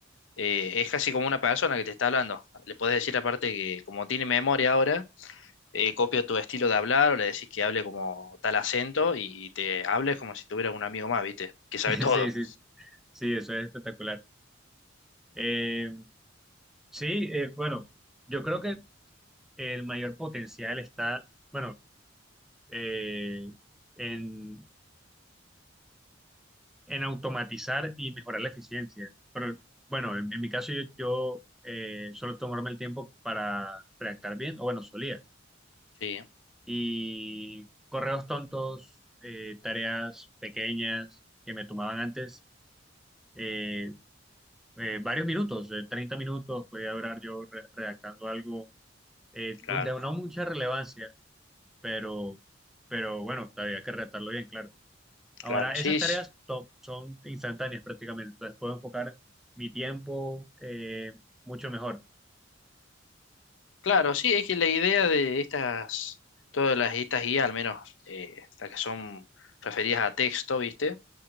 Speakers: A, on the left; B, in the centre.
A: eh, es casi como una persona que te está hablando. Le puedes decir aparte que como tiene memoria ahora, eh, copia tu estilo de hablar o le decís que hable como tal acento y te hables como si tuvieras un amigo más, ¿viste? Que sabe
B: <laughs>
A: todo.
B: Sí, sí, sí, eso es espectacular. Eh, sí, eh, bueno, yo creo que el mayor potencial está, bueno, eh, en, en automatizar y mejorar la eficiencia. Pero bueno, en, en mi caso yo, yo eh, suelo tomarme el tiempo para redactar bien, o bueno, solía
A: Sí,
B: y correos tontos, eh, tareas pequeñas que me tomaban antes eh, eh, varios minutos, eh, 30 minutos, podía durar yo re- redactando algo eh,
A: claro,
B: pues de no mucha relevancia, pero, pero bueno, había que redactarlo bien, claro. Ahora,
A: claro, sí,
B: esas tareas
A: sí,
B: to- son instantáneas prácticamente, entonces puedo enfocar mi tiempo eh, mucho mejor.
A: claro, sí, es que la idea de estas, todas las, estas guías, al menos eh, las que son referidas a texto, ¿viste?